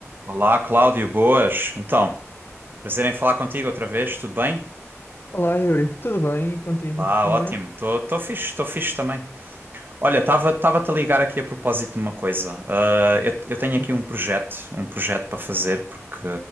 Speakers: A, on the right; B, on the left.
A: Olá, Cláudio, boas. Então, prazer em falar contigo outra vez, tudo bem?
B: Olá, Yuri, tudo bem? E contigo
A: Lá,
B: também?
A: ótimo. Estou tô, fixe, estou fixe também. Olha, estava tava a ligar aqui a propósito de uma coisa. Ah, eu, eu tenho aqui
B: Então,
A: um projeto, um projeto para fazer, porque...